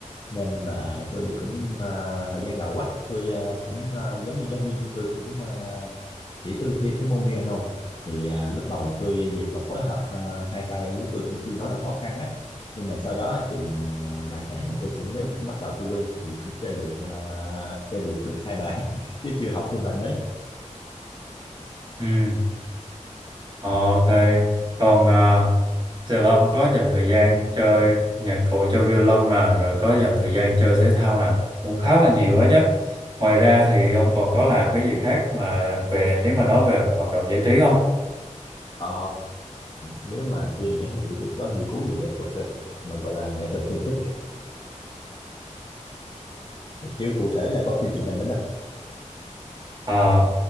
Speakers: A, on the left; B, on the right.
A: nên là tôi cũng ờ, thời gian đầu á tôi ờ, cũng ờ, giống như giáo viên của tôi cũng ờ, chỉ tôi thêm cái môn piano thì ờ, lúc đầu tôi việc mà phối hợp ờ, hai tay với tôi cũng tương đối là khó khăn á nhưng mà sau đó chừng ờ, vài tháng thì tôi cũng mới bắt đầu tôi quen thì cũng chơi được ờ, chơi được được hai bài <laughs> chứ chưa học thêm bài mới
B: Ừ. Ok, còn à, Từ Long có dành thời gian chơi nhạc cụ cho violon nè, rồi có dành thời gian chơi thể thao nè, cũng khá là nhiều á chứ. Ngoài ra thì ông còn có làm cái gì khác mà về nếu mà nói về hoạt động giải trí không?
A: Ờ, nếu mà phim đấy thì tôi chỉ có nghiên cứu về nghệ thuật thôi mà gọi là nghệ thuật thường thích <laughs> kiểu cụ thể là coi phim truyền hình đó đó
B: À,